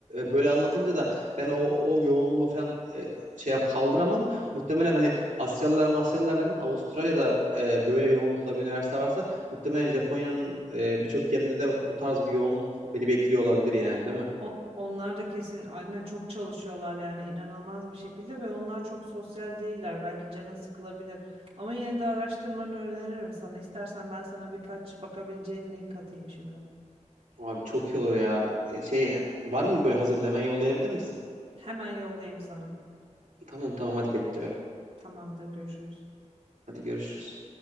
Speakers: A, on the right; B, on the right.
A: böyle anlatınca da ben o, o yoğunluğu falan e, şey yap kaldıramam. Muhtemelen hani Asyalılar Masyalılar dedin Avustralya'da e, böyle yoğunlukta bir üniversite varsa Muhtemelen Japonya'nın e, birçok yerinde de bu tarz bir yoğunluk beni bekliyor olabilir yani değil mi?
B: O, onlar da kesin aynen çok çalışıyorlar yani inanılmaz bir şekilde ve onlar çok sosyal değiller. Belki canın sıkılabilir. Ama yine de araştırmanı öneririm sana. İstersen ben sana birkaç bakabileceğin link atayım şimdi.
A: Abi çok iyi olur ya. E, Şey var mı böyle hazırda hemen yollayabilir misin?
B: Hemen yollayayım sana.
A: Tamam tamam hadi bekliyorum.
B: Tamamdır, görüşürüz.
A: Hadi görüşürüz.